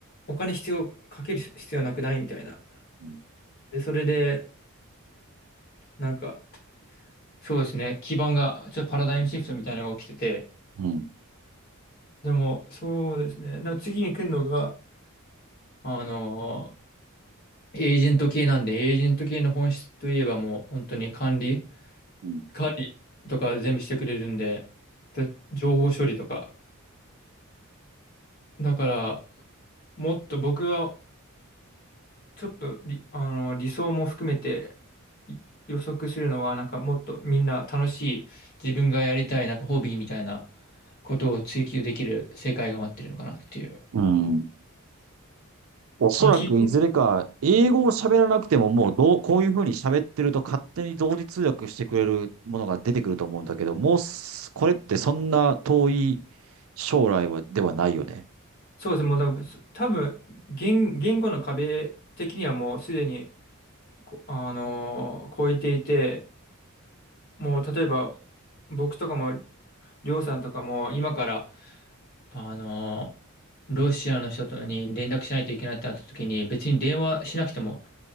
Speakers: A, on the left; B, on the right.
A: お金必要、かける必要なくないみたいな。
B: うん、
A: で、それで、なんか、そうですね、基盤が、ちょっとパラダイムシフトみたいなのが起きてて、
B: うん、
A: でも、そうですね、でも次に来るのが、あのーエージェント系なんで、エージェント系の本質といえばもう、本当に管理、
B: うん。
A: 管理とか全部してくれるんで、で情報処理とか。だから、もっと僕がちょっとり、あの、理想も含めてい予測するのは、なんかもっとみんな楽しい、自分がやりたい、なんかホビーみたいなことを追求できる世界が待ってるのかなっていう。
B: うんおそらくいずれか、
A: まあ、企業
B: 英語を喋らなくてももうどう、こういうふうに喋ってると勝手に同時通訳してくれるものが出てくると思うんだけど、もうす、これってそんな遠い将来は、ではないよね。
A: そうですね、もうだから多分言、言語の壁的にはもうすでに、こあのー超えていて、もう例えば僕とかも、りょうさんとかも今からあの、ロシアの人とに連絡しないといけないってなった時に、別に電話しなくても